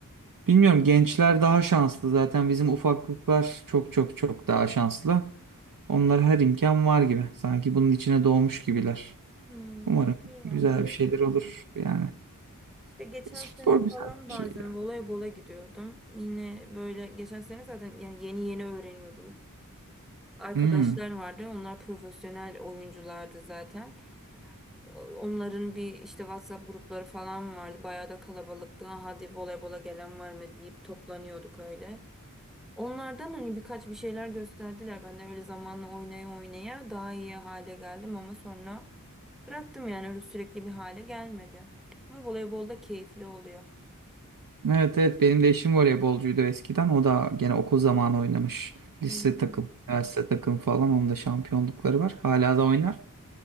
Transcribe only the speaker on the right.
bilmiyorum gençler daha şanslı. Zaten bizim ufaklıklar çok çok çok daha şanslı. Onlara her imkan var gibi. Sanki bunun içine doğmuş gibiler.
Umarım
güzel
bir şeyler olur yani.
Spor
güzel
bir şey ya.
Hmm.
Evet evet benim de eşim voleybolcuydu eskiden. O da gene okul zamanı oynamış. Lise
takım, üniversite takım falan. Onun da şampiyonlukları var. Hala da oynar.